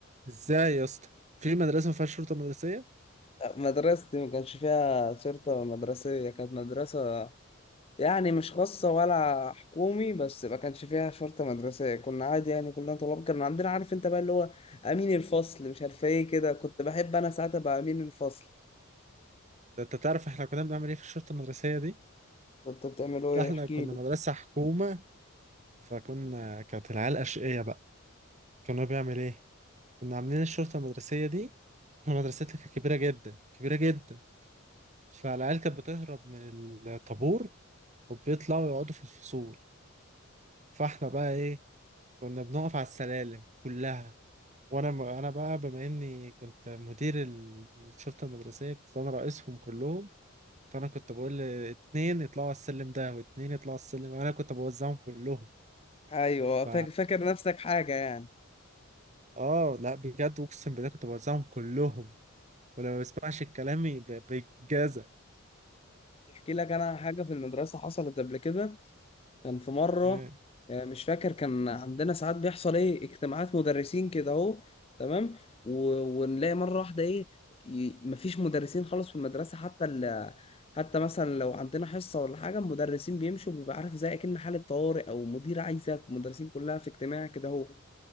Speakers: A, on the right; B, on the left.
A: ازاي يا اسطى في مدرسة ما فيهاش شرطة مدرسية
B: مدرستي ما كانش فيها شرطه مدرسيه كانت مدرسه يعني مش خاصة ولا حكومي بس ما كانش فيها شرطة مدرسية كنا عادي يعني كلنا طلاب كان عندنا عارف انت بقى اللي هو أمين الفصل مش عارف ايه كده كنت بحب أنا ساعتها بقى أمين الفصل
A: ده انت تعرف احنا كنا بنعمل ايه في الشرطة المدرسية دي
B: كنت بتعملوا ايه
A: لا احنا
B: احكي
A: كنا
B: لي
A: مدرسة حكومة فكنا كانت العيال أشقية بقى كنا بيعمل ايه كنا عاملين الشرطة المدرسية دي مدرستي كانت كبيرة جدا كبيرة جدا فالعيال كانت بتهرب من الطابور وبيطلعوا يقعدوا في الفصول فاحنا بقى ايه كنا بنقف على السلالم كلها وانا انا بقى بما اني كنت مدير ال- الشرطة المدرسية كنت انا رئيسهم كلهم فانا كنت بقول اتنين يطلعوا على السلم ده واتنين يطلعوا على السلم انا كنت بوزعهم كلهم
B: أيوه
A: ف
B: فاك- فاكر نفسك حاجة يعني
A: اه لا بجد اقسم بالله كنت بوزعهم كلهم ولما بسمعش كلامي ب- بيتجازى
B: احكي لك أنا حاجة في المدرسة حصلت قبل كده كان في مرة
A: ايه
B: آه، مش فاكر كان عندنا ساعات بيحصل ايه اجتماعات مدرسين كده اهو تمام و... ونلاقي مرة واحدة ايه ي... مفيش مدرسين خالص في المدرسة حتى ال... حتى مثلا لو عندنا حصة ولا حاجة المدرسين بيمشوا بيبقى عارف زي اكن حالة طوارئ او مدير عايزك المدرسين كلها في اجتماع كده اهو